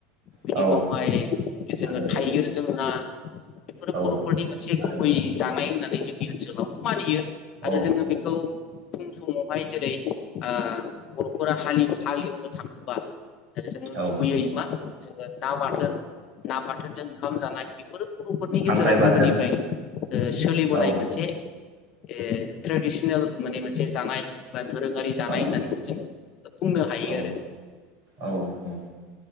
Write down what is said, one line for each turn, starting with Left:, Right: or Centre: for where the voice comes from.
Left: बेनि
Right: औ
Left: उनावहाय जोङो
Right: आरो
Left: थाइगिरजों ना बेफोरो
Right: औ
Left: बरफोरनि मोनसे
Right: आरो
Left: गुबै जानाय होननानै जों <unintelligible> मानियो
Right: औ
Left: आरो जोंङो बेखौ फुं समावहाय जेरै ओ बरफोरा हालेव हाल एवनो थाङोबा जोंङो
Right: औ
Left: गुबैयै मा जोङो ना बाथोन ना बाथोनजों ओंखाम जानाय बेफोरो बरफोरनि
Right: खांख्राइ
Left: गेजेराव
Right: बाथोन
Left: गोदोनिफ्राय ओ सोलिबोनाय
Right: औ
Left: मोनसे ए ट्रेडिसनेल माने मोनसे जानाय बा धोरोङारि जानाय
Right: औ
Left: होननानैबो जोङो बुंनो हायो
Right: औ
Left: आरो
Right: औ